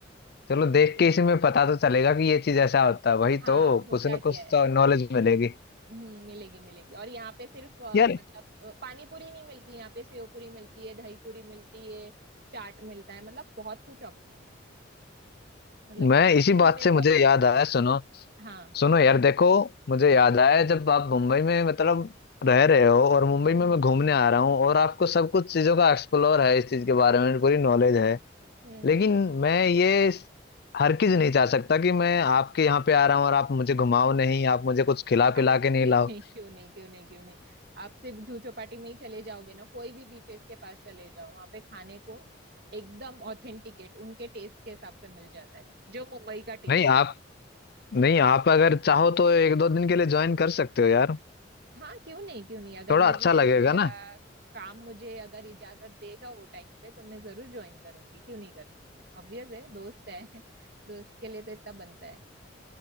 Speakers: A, on the left; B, on the right.
A: चलो
B: <laughs>
A: देख
B: ये
A: के इसी में पता तो चलेगा कि ये चीज ऐसा होता है वही
B: हाँ
A: तो
B: होता
A: कुछ ना
B: क्या
A: कुछ
B: है
A: तो नॉलेज मिलेगी
B: हम्म, मिलेगी मिलेगी और यहाँ पे सिर्फ अ,
A: यार
B: मतलब अ, पानी पूरी नहीं मिलती यहाँ पे सेव पूरी मिलती है दही पूरी मिलती है चाट मिलता है मतलब बहुत कुछ ऑप्शन है मतलब
A: मैं
B: पानी
A: इसी
B: पूरी
A: बात
B: में
A: से
B: बहुत
A: मुझे
B: सारे
A: याद आया सुनो
B: हाँ
A: सुनो यार देखो मुझे याद आया जब आप मुंबई में मतलब रह रहे हो और मुंबई
B: हम्म
A: में मैं घूमने आ रहा हूँ और आपको सब कुछ चीजों का एक्सप्लोर है इस चीज के बारे में पूरी नॉलेज है
B: हम्म
A: लेकिन मैं ये हर चीज नहीं चाह सकता कि मैं आपके यहाँ पे आ रहा हूँ और आप मुझे घुमाओ नहीं आप मुझे कुछ खिला
B: अरे
A: पिला
B: क्यों
A: के नहीं लाओ
B: नहीं क्यों नहीं क्यों नहीं क्यों नहीं आप सिर्फ जूह चौपाटी में ही चले जाओगे ना कोई भी बीचेस के पास चले जाओ वहाँ पे खाने को एकदम ऑथेंटिकेट उनके टेस्ट के हिसाब से मिल जाता है जो मुंबई का टेस्ट
A: नहीं आप
B: है
A: नहीं आप अगर चाहो तो एक दो दिन के लिए ज्वाइन कर सकते हो यार
B: हाँ क्यों नहीं क्यों नहीं अगर
A: थोड़ा
B: मुझे
A: अच्छा लगेगा
B: मेरा
A: ना
B: काम मुझे अगर इजाजत देगा वो टाइम पे तो मैं जरूर ज्वाइन करूंगी क्यों नहीं करूंगी ऑब्वियस है दोस्त है <laughs> दोस्त के लिए तो इतना बनता है